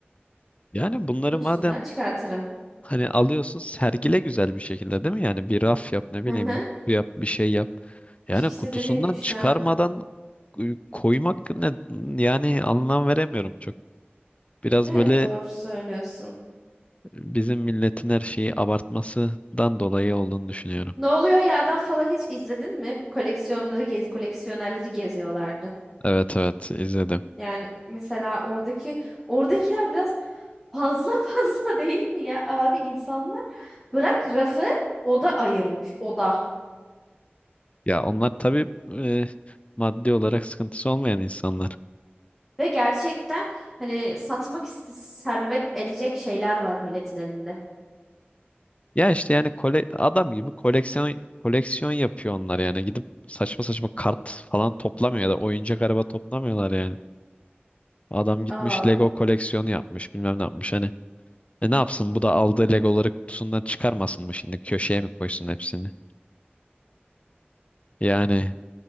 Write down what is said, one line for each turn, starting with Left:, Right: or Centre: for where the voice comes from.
Left: yani bunları
Centre: Kutusundan
Left: madem
Centre: çıkartırım.
Left: Hani alıyorsun sergile güzel bir şekilde değil mi? Yani bir raf yap ne bileyim
Centre: Hı hı.
Left: bir kutu yap bir şey yap. Yani
Centre: İşte
Left: kutusundan
Centre: dediğim gibi şu
Left: çıkarmadan
Centre: an.
Left: e, koymak ne yani anlam veremiyorum çok. Biraz
Centre: Evet
Left: böyle
Centre: doğru söylüyorsun.
Left: bizim milletin her şeyi abartmasından dolayı olduğunu düşünüyorum.
Centre: Ne oluyor ya da falan hiç izledin mi? Bu koleksiyonları gezi, koleksiyonerleri geziyorlardı.
Left: Evet evet izledim.
Centre: Yani mesela oradaki oradakiler biraz fazla <laughs> fazla değil mi ya abi insanlar bırak rafı oda ayırmış oda.
Left: Ya onlar tabii e, maddi olarak sıkıntısı olmayan insanlar.
Centre: Ve gerçekten hani satmak iste servet edecek şeyler var milletin elinde.
Left: Ya işte yani kole adam gibi koleksiyon koleksiyon yapıyor onlar yani gidip saçma saçma kart falan toplamıyor ya da oyuncak araba toplamıyorlar yani. Adam gitmiş
Centre: Aa,
Left: Lego koleksiyonu yapmış bilmem ne yapmış hani. E ne yapsın bu da aldığı Legoları kutusundan çıkarmasın mı şimdi köşeye mi koysun hepsini? Yani